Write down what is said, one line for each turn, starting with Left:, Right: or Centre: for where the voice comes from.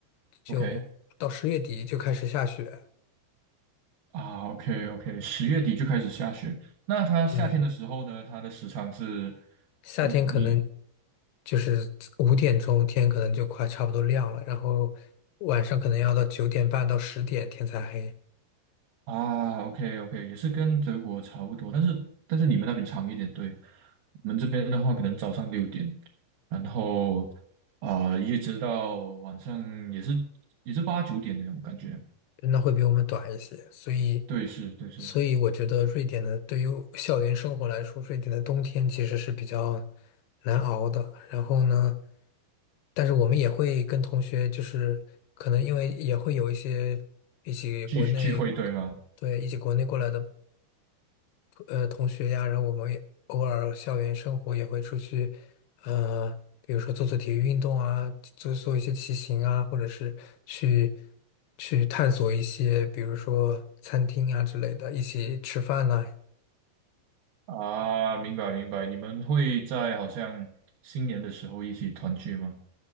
Left: 就
Right: OK，
Left: 到十月底就开始下雪。
Right: 啊，OK OK，十月底就开始下雪。那它夏天的时候呢，
Left: 对。
Right: 它的时长是，
Left: 夏天可能
Right: 你你
Left: 就是五点钟天可能就快差不多亮了，然后晚上可能要到九点半到十点天才黑，
Right: 啊，OK OK，也是跟德国差不多，但是但是你们那边长一点，对。我们这边的话，可能早上六点，然后啊、一直到晚上也是也是八九点的，我感觉。
Left: 那会比我们短一些。所以，
Right: 对，是，对是
Left: 所以我觉得瑞典的对于校园生活来说，瑞典的冬天其实是比较难熬的。然后呢，但是我们也会跟同学，就是可能因为也会有一些一起国内，
Right: 聚聚会，对吗？
Left: 对，一起国内过来的。呃同学呀，然后我们也偶尔校园生活也会出去，呃，比如说做做体育运动啊，做做一些骑行啊，或者是去去探索一些，比如说餐厅啊之类的，一起吃饭呐、
Right: 啊，明白明白，你们会在好像新年的时候一起团聚吗？